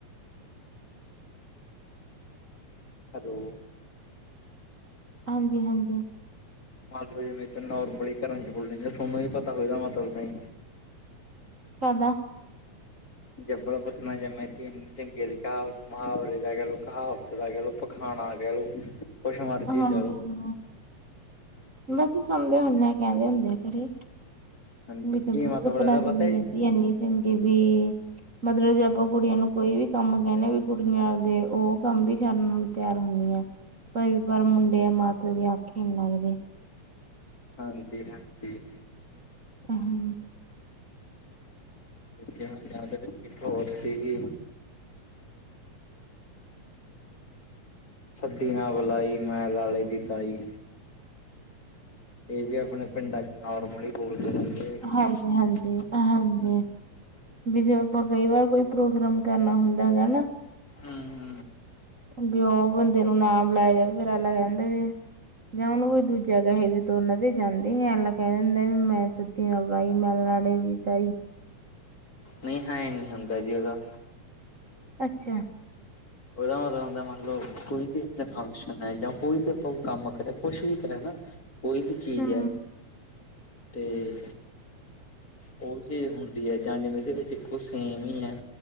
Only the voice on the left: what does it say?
ਹੈਲੋ,
ਮੰਨ ਲਓ ਜਿਵੇਂ ਨੋਰਮਲੀ ਘਰਾਂ ਚ ਬੋਲਦੇ ਤੁਹਾਨੂੰ ਹੀ ਪਤਾ ਹੋਏਦਾ ਮਤਲਬ।
ਜਬਲ ਪੁਤ ਨਾ ਜੰਮੇ ਧੀ ਅੰਨੀ। ਚੰਗੇ ਦੀ ਕਹਾਵਤ ਮਹਾਵਰੇ ਦਾ ਕਹਿਲ ਲੋ ਕਹਾਵਤ ਦਾ ਕਹਿਲੋ ਪਖਾਣਾ ਕਹਿ ਲੋ। ਕੁਛ ਮਰਜ਼ੀ
ਕਹਿ ਲਓ।
ਹਾਂਜੀ
ਕੀ ਮਤਲਬ
ਇਹਦਾ
ਪਤਾ ਹੈ ਜੀ
ਹਾਂਜੀ ਹਾਂ ਜੀ।
ਜਿਵੇਂ ਜਾਂ ਤਾਂ ਵਿਚ ਇਕ ਹੋਰ ਸੀਗੀ। ਸੱਦੀ ਨਾ ਬੁਲਾਈ ਮੈਂ ਲਾਲੇ ਦੀ ਤਾਈ। ਇਹ ਵੀ ਆਪਣੇ ਪਿੰਡਾਂ ਚ ਨੋਰਮਲ ਹੀ ਬੋਲਦੇ ਰਹਿੰਦੇ ਹੈਗੇ
ਹੂੰ।
ਹੂੰ,
ਨਹੀਂ ਏਹ ਨਹੀਂ ਹੁੰਦਾ ਜੀ ਉਹਦਾ,
ਉਹਦਾ ਮਤਲਬ ਹੁੰਦਾ ਮੰਨ ਲਓ, ਕੋਈ ਵੀ ਆਪਣੇ ਫੰਕਸ਼ਨ ਹੈ, ਜਾਂ ਕੋਈ ਵੀ ਆਪਾਂ ਕੰਮ ਕਰੇ ਕੁਛ ਵੀ ਕਰੇ ਨਾ। ਕੋਈ ਵੀ ਚੀਜ਼
ਹੈ ਤੇ, ਉਹ ਚੀਜ਼ ਹੁੰਦੀ ਹੈ, ਜਾਂ ਜੰਝ ਮੇਲ ਵਿੱਚ ਇੱਕੋ ਸੇਮ ਹੀ ਹੈ।